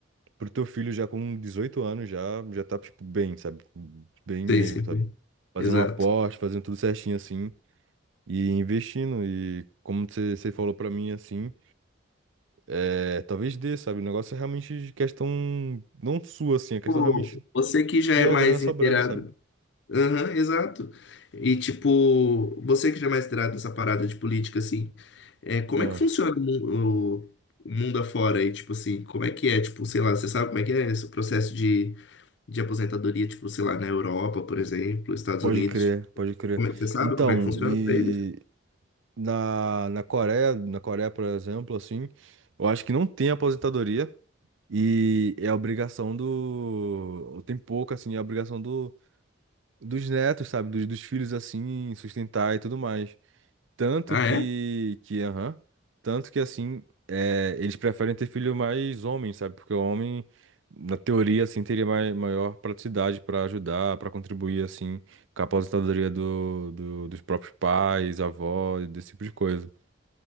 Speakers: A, on the right; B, on the left.
A: pro teu filho já com 18 anos já já tá tipo bem, sabe? Bem mesmo,
B: Sei, sempre.
A: sabe? Fazendo
B: Exato.
A: um aporte, fazendo tudo certinho assim e investindo e como você você falou pra mim assim, é, talvez dê, sabe? O negócio é realmente de questão não sua assim, a questão
B: Pô,
A: realmente
B: você que já é
A: de uma
B: mais
A: grana sobrando,
B: inteirado.
A: sabe?
B: Aham, exato. E, tipo, você que já é mais inteirado nessa parada de política, assim, é, como
A: Ah,
B: é que funciona o, mu- o- o mundo afora aí? Tipo assim, como é que é? Tipo, sei lá, você sabe como é que é esse processo de, de aposentadoria, tipo, sei lá, na Europa, por exemplo, Estados
A: pode
B: Unidos?
A: crer,
B: Tipo,
A: pode crer.
B: como é que você sabe
A: Então,
B: como é que funciona
A: e
B: pra eles?
A: na, na Coreia, na Coreia, por exemplo, assim, eu acho que não tem aposentadoria. E é a obrigação do. Tem pouco, assim, é a obrigação do... dos netos, sabe? Dos, dos filhos, assim, sustentar e tudo mais. Tanto
B: Ah,
A: que.
B: é?
A: que aham. Tanto que, assim, é... eles preferem ter filho mais homem, sabe? Porque o homem, na teoria, assim, teria mai... maior praticidade para ajudar, para contribuir, assim, com a aposentadoria do... do- dos próprios pais, avós, desse tipo de coisa.